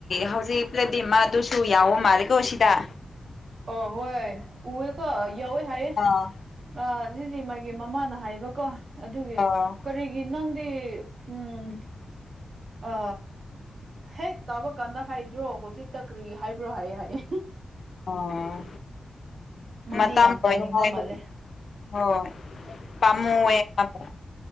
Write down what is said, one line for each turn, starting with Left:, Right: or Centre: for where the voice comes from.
Left: ꯍꯧꯖꯤꯛ ꯄ꯭ꯂꯗꯤ ꯃꯗꯨꯁꯨ ꯌꯥꯎꯕ ꯃꯥꯜꯂꯦꯀꯣ ꯁꯤꯗ
Right: ꯑꯣ ꯍꯣꯏ ꯎꯌꯦꯀꯣ ꯌꯥꯎꯏ ꯍꯥꯏꯌꯦ
Left: ꯑꯥ
Right: ꯑ ꯁꯤꯁꯤ ꯃꯥꯒꯤ ꯃꯃꯥꯅ ꯍꯥꯏꯕꯀꯣ ꯑꯗꯨꯒꯤ
Left: ꯑꯥ
Right: ꯀꯔꯤ ꯏ ꯅꯪꯗꯤ ꯎꯝ ꯑ ꯍꯦꯛ ꯇꯥꯕ ꯀꯥꯟꯗ ꯍꯥꯏꯗ꯭ꯔꯣ ꯍꯧꯖꯤꯛꯇ ꯀ꯭ꯔꯤ ꯍꯥꯏꯕ꯭ꯔꯣ ꯍꯥꯏꯌꯦ ꯍꯥꯏꯌꯦ
Left: ꯑꯣ
Right: ꯃꯥꯗꯤ
Left: ꯃꯇꯝ
Right: ꯌꯥꯝ
Left: ꯑꯣꯏ
Right: ꯇꯥꯅꯤꯡꯕ
Left: ꯍꯥꯏꯕꯒꯤ
Right: ꯃꯥꯜꯂꯦ
Left: ꯍꯣꯏ ꯄꯥꯝꯃꯨꯑꯦ ꯄꯥꯝꯃꯨ